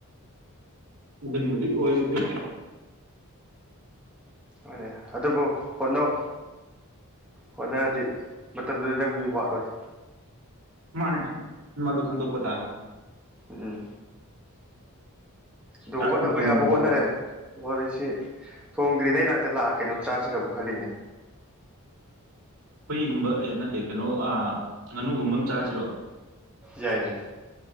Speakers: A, on the right; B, in the centre.
A: ꯑꯗꯨꯅꯤ ꯍꯧꯖꯤꯛ ꯑꯣꯏꯔꯤꯁꯤ
B: ꯍꯣꯏꯅꯦ ꯑꯗꯨꯕꯨ ꯍꯣꯠꯅꯧ ꯍꯣꯠꯅꯔꯗꯤ ꯃꯇꯝꯗꯨꯗ ꯅꯪ ꯃꯤ ꯋꯥꯠꯂꯣꯏ
A: ꯃꯥꯅꯤ ꯃꯗꯨ ꯈꯥꯟꯗꯣꯛꯄ ꯇꯕꯥꯅꯤ
B: ꯎꯝꯝ ꯑꯗꯨ
A: ꯆꯥꯛꯇꯤ
B: ꯍꯣꯠꯅꯕ
A: ꯊꯣꯡꯈ꯭ꯔꯕꯣ
B: ꯌꯥꯕ ꯍꯣꯠꯅꯔꯦ ꯋꯥꯔꯤꯁꯤ ꯊꯣꯡꯗ꯭ꯔꯤ ꯅꯪ ꯅꯥꯛꯇ ꯂꯥꯛꯑ ꯀꯩꯅꯣꯝ ꯆꯥꯁꯤꯔꯕꯨ ꯈꯜꯂꯤꯅꯦ
A: ꯍꯨꯏꯒꯨꯝꯕ ꯑꯦ ꯅꯠꯇꯦ ꯀꯩꯅꯣ ꯑꯥ ꯉꯥꯅꯨꯒꯨꯝꯕ ꯑꯃ ꯆꯥꯁꯤꯔꯣ
B: ꯌꯥꯏꯅꯦ